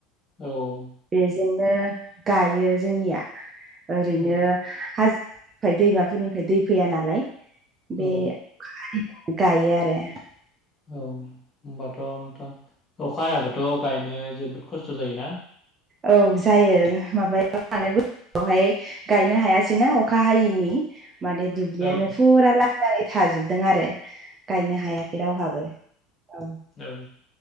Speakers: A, on the left (about 25°); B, on the right (about 25°).
A: औ
B: बेजोंनो गायो जोंनिया ओरैनो
A: औ
B: हाजोफोरनिफ्राय दैमाफोरनिफ्राय दै फैया नालाय
A: औ
B: बे अखा हानायजों गायो आरो। <unintelligible>
A: औ होमबाथ' नोंथां अखा हायाबाथ' गायनो जोबोद खस्थ' जायोना।
B: औ जायो माबायाव थांनाय बोसोरावहाय गायनो हायासैना अखा हायैनि माने दुब्लियानो
A: औ
B: फुरा लांदाङै थाजोबदों आरो गायनो हायाखै रावहाबो। औ
A: औ